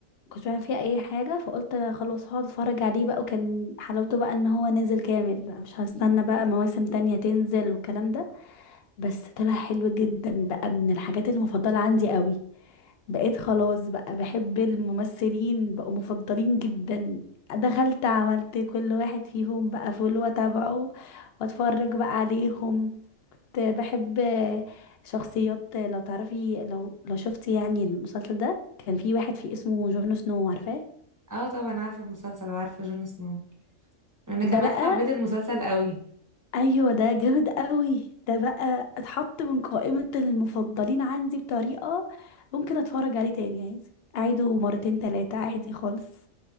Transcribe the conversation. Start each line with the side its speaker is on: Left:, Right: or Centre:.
Left: كنتش بعمل فيها أي حاجة فقلت خلاص هقعد اتفرج عليه بقى وكان حلاوته بقى ان هو نازل كامل مش هستنى بقى مواسم تانية تنزل والكلام ده بس طلع حلو جدا بقى من الحاجات المفضلة عندي قوي بقيت خلاص بقى بحب الممثلين بقوا مفضلين جدا دخلت عملت كل واحد فيهم بقى فولو واتابعه واتفرج بقى عليهم بحب شخصيات لو تعرفي لو لو شفتي يعني المسلسل ده كان في واحد فيه اسمه جون سنو عارفاه
Right: اه طبعا عارفة المسلسل وعارفة جون سنو أنا
Left: ده
Right: كمان
Left: بقى
Right: حبيت المسلسل قوي
Left: ايوه ده جامد قوي ده بقى اتحط من قائمة المفضلين عندي بطريقة ممكن اتفرج عليه تاني عادي اعيده مرتين تلاتة عادي خالص